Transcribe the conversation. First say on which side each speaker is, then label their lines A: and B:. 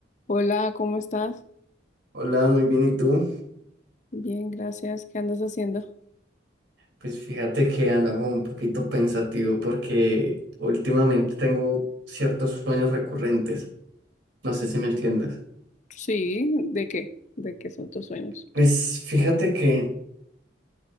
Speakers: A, on the left; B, on the right.
A: Hola, ¿cómo estás?
B: Hola, muy bien, ¿y tú?
A: Bien, gracias. ¿Qué andas haciendo?
B: Pues fíjate que ando como un poquito pensativo porque últimamente tengo ciertos sueños recurrentes. No sé si me entiendas.
A: Sí, ¿de qué? ¿De qué son tus sueños?
B: Pues fíjate que